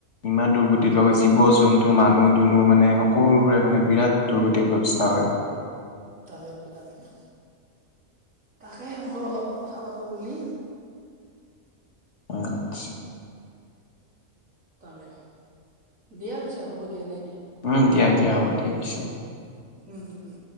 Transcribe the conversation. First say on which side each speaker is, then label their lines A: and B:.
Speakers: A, on the left; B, on the right.
A: ইমান দুৰ্গতিৰ
B: বহুত
A: লগত জীৱ
B: মানে
A: জন টো, মানুহ, দনুহ মানে সকলোৰে মানে বিৰাট দুৰ্গতি ব্যৱস্থা হয়।
B: তাকেতো, তাকেতো। তাকে বোলো অলপ কথা পাতোঁ বুলি।
A: আচ্ছা।
B: তাকে, দিয়া পিছে হ'ব দিয়া, নেকি?
A: উম, দিয়া দিয়া, হ'ব দিয়া পিছে।
B: উম, উম, উম।